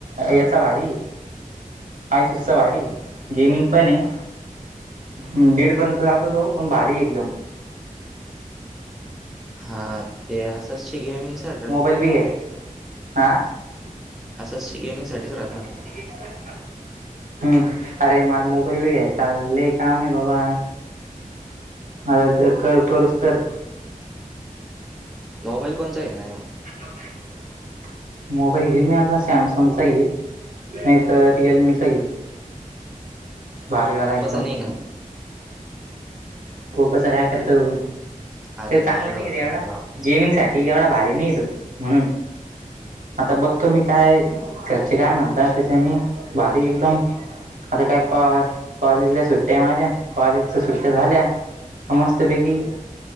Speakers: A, on the right; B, in the centre.
A: याचा भारी आय सुस्तवारी गेमिंग पण आहे दीड पर्यंत जात तो पण भारी एकदम
B: हा ते असंचची गेमिंग चा
A: वी आहे हा
B: असंच गेमिंगसाठीठीच राह
A: खध ख हम् अरे मला मोबाईल ब घ्यायचा काम आहे बाबा आता कर करस तर
B: मोबाईल कोणता घेणार आहे म्हण
A: <inaudible> मोबाईल घेईल मी आता सॅमसंगचा येईल नाही तरर रिअलमीचा येईल भारीवाला एकदम
B: नाही का?
A: पोकोच काय करतो
B: अरे
A: चांगलं
B: माझ्याकडे
A: नाही
B: होता
A: रे एवढा
B: ना मी वापरायचा.
A: गेमिंगसाठी ती एवढा भारी नाही तो म्हणून आता बघतो मी काय घरचे काय म्हणत त्याच्यानी बारीक एकदम आता काय क कॉलेजला सुट्ट्या म्हणझ्या कॉलेज सुट्ट्या झाल्या समस्तपैकी